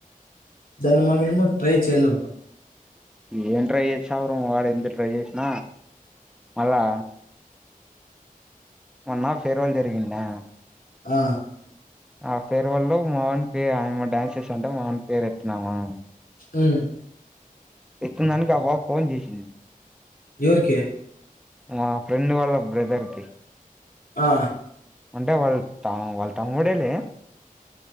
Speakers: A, on the left; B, in the centre.
A: దాన్ని <unintelligible> ఏమో ట్రై చేయలే
B: ఏం ట్రై చేసవరు ఆడ ఎంత ట్రై చేసిన మళ్ళా మన్న ఫేర్ వెల్ జరిగిందా
A: ఆ
B: ఆ ఫేర్వల్ లో మావన్ కి పేరు ఆమె డ్యాన్స చేసింటే అంటే మావన్ పేరు ఎతున్నామ
A: ఉ
B: ఎత్తిదానికి ఆ పాప ఫోన్ చేసింది
A: ఎవరికి
B: మా ఫ్రెండ్ వాళ్ళ బ్రదర్ కి
A: ఆ
B: అంటే వాళ్ త వాళ్ళ తమ్ముడే లే